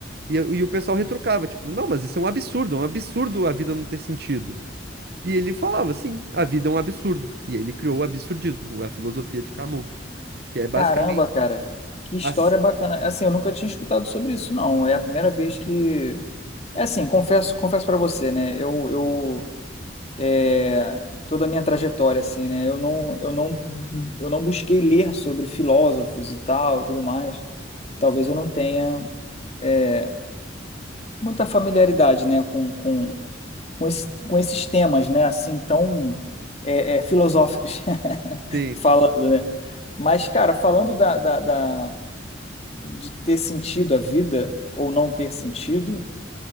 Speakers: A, on the right; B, on the left.
A: E, e o pessoal retrucava, tipo, não, mas isso é um absurdo, é um absurdo a vida não ter sentido. E ele falava, sim, a vida é um absurdo. E aí ele criou o absurdismo, a filosofia de Camus, que é basicamente
B: Caramba, cara. Que história
A: ah,
B: bacana. Assim, eu nunca tinha escutado sobre isso, não. É a primeira vez que. É assim, confesso, confesso para você, né? Eu, eu é, toda a minha trajetória, assim, né? Eu não, eu não, eu não busquei ler sobre filósofos e tal e tudo mais. Talvez eu não tenha é, muita familiaridade, né, com, com, com, esse- com esses temas, né, assim, tão é, é, filosóficos <laughs>
A: sim.
B: falando, né? Mas, cara, falando da, da, da- de ter sentido a vida ou não ter sentido,